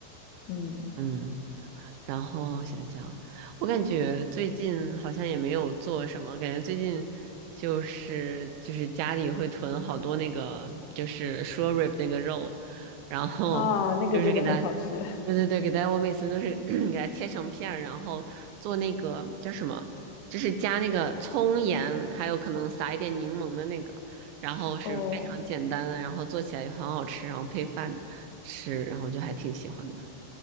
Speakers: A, on the left (about 75°); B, on the right (about 80°).
A: 嗯，
B: 嗯。然后想想，我感觉最近好像也没有做什么，感觉最近就是就是家里会囤好多那个就是 s h r rib 那个肉，然后就是给它，
A: 啊，那个真的很好吃，
B: 对对对，给它，我每次都是 <clears throat> 给它切成片儿然后做那个叫什么，就是加那个葱盐，还有可能撒一点柠檬的那个，然后是非常简单的，
A: <laughs> 哦，
B: 然后做起来也很好吃，然后配饭吃，然后就还挺喜欢的。